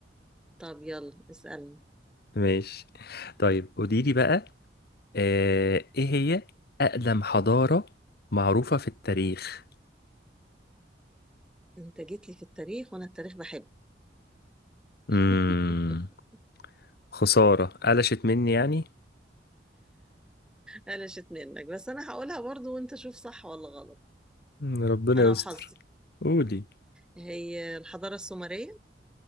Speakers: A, in the centre; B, on the left.
A: طب يلا اسالني
B: ماشي طيب قوليلي بقى آه، ايه هي اقدم حضارة معروفة في التاريخ
A: انت جيت لي في التاريخ وانا التاريخ بحب <laughs>
B: امم خسارة قلشت مني يعني
A: قلشت منك بس انا هقولها برضو وانت شوف صح ولا غلط
B: مم، ربنا
A: انا
B: يستر
A: وحظي
B: قولي
A: هي الحضاره السومريه